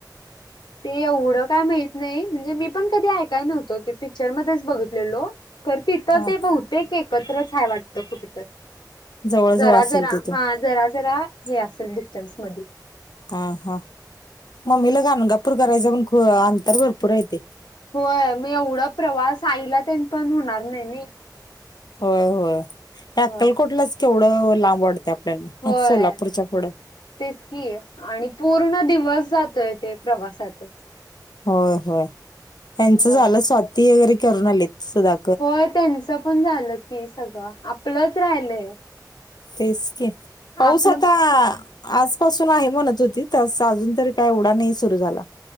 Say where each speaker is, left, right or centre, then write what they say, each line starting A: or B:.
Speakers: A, on the left; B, on the left.
A: ते एवढं काय माहीत नाही म्हणजे मी पण कधी ऐकाय नव्हतो ते पिक्चर मध्येच बघी लेलो खर तिथं
B: हा
A: ते बहुते एकत्रच हाय वाटत कुठ तर.
B: जवळजवळ
A: जरा
B: असेल
A: जरा
B: तिथून
A: हा जरा जरा हे असेल डिस्टन्स मधी.
B: हा हा मम्मीला गांगापूर करायचं पण अंतर भरपूर येत.
A: होय मी एवढा प्रवास आईला ते पण होणार नाही नाही.
B: होय होय ते अक्कलकोटलाच
A: होय
B: केवढं लांब वाटत
A: होय
B: ह सोलापुरच्या पुढ.
A: तेच कि आणि पूर्ण दिवस जातोय ते प्रवासातच.
B: होय होय त्यांच
A: होय
B: झालं स्वाती वगैरे करून आलेत सधा.
A: होय त्यांचं पण झालं की सगळं आपलंच राहिलंय.
B: तेच की पाऊस
A: आपलं
B: आता आजपासून आहे म्हणत होती त अजून तरी काय येउडा नाही सुरू झाला.